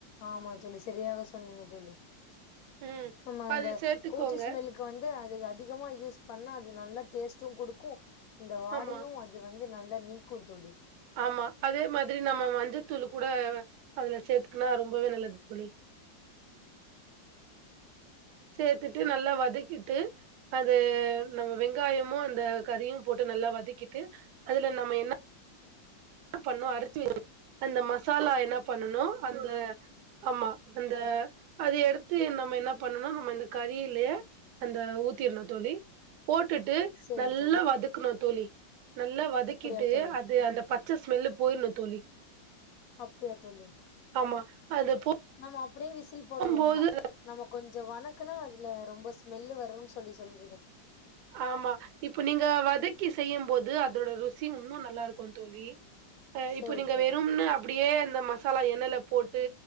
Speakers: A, on the left; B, on the right.
A: ஆமா தோழி செரியாக சொன்னீங்க தோழி
B: ம்.
A: ஆமா அந்த
B: அது சேர்த்துக்கோங்க.
A: கூச்சி ஸ்மெலுக்கு வந்து அதிமா யூஸ் பண்ணாது நல்லா டேஸ்டு குடுக்கு அந்த வாடையு
B: ஆமா,
A: அது வந்து து நல்லா நீக்கு தோழி
B: ஆமா அதே மாதிரி நம்ம மஞ்சத்தூள் கூட அதுல சேத்துக்குனா ரொம்பவே நல்லது தோழி சேத்துட்டு நல்லா வதக்கிட்டு அது நம்ம வெங்காயமு அந்த கறியு போட்டு நல்லா வதக்கிட்டு அதுல நம்ம என்ன பண்ணு அரச்சி அந்த மசாலா என்ன பண்ணு அந்த ஆமா அந்த அது எடுத் து நம்ம என்ன பண்ணணு நம்ம இந்த கறியில்லேயே அந்த ஊத்திர்னு தோழி போட்டுட்டு
A: சேரி
B: நல்லா
A: தோழி
B: வதக்கணு தோழி நல்லா வதக்கிட்டு
A: அப்டியா தோழி
B: அது அந்த பத் மெல்ல போயிர்னு தோழி
A: அப்டியா தோழி
B: ஆமா அது போ
A: நம்ம அப்டியே விசில் போட வேண்டா
B: போது
A: நம்ம கொஞ்சோ வணக்குனா அதுல ரொம்ப ஸ்மெல்லு வரும் சொல்லி சொல்றீங்க தோ
B: ஆமா இப்ப நீங்க வதக்கி செய்யு போது அதோட ருசி உன்னு நல்லாருக் தோழி ப
A: சேரி
B: இப்ப நீங்க
A: தோழி
B: வெறும்னு அப்டியே இந்த மசாலா எண்ணெல போட்டு